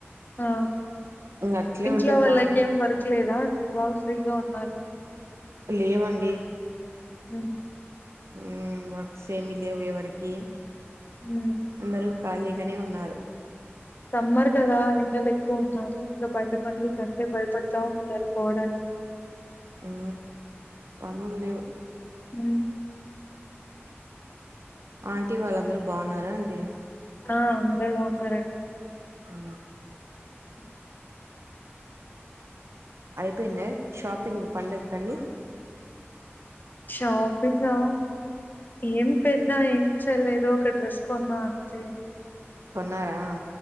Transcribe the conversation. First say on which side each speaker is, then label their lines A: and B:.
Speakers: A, on the left (about 45°); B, on the right (about 85°).
A: ఆ
B: ఇంగ అట్లే
A: ఇంట్లో
B: ఉంటే
A: వాళ్ళకి
B: బాగుంటది
A: ఏం వర్క్ లేదా ఇంటి బాగా ఫ్రీగా ఉన్నారు
B: లేవండి
A: హ
B: ఉ వర్క్స ఏమి లేవు ఎవరికి
A: ఉ
B: అందరూ ఖాళీగానే ఉన్నారు
A: సమ్మర్ కదా ఎండలు ఎక్కువ ఉన్నాయి ఇంకా బయట పనులు కంటే భయపడుతా ఉంటారు పోవడానికి
B: ఉ పనుల్ లేవు
A: ఉ
B: ఆంటీ వాళ్ళందరూ బాగున్నారా అండి
A: ఆ అందరు బాన్నారండి
B: ఆ
A: ఉ
B: అయిపోయిందా షాపింగ్ పండగ కనీ
A: షాపిింగా ఏం పెద్ద ఏం చేలేదో ఒక డ్రెస్ కొన్నా అంతే
B: కొన్నారా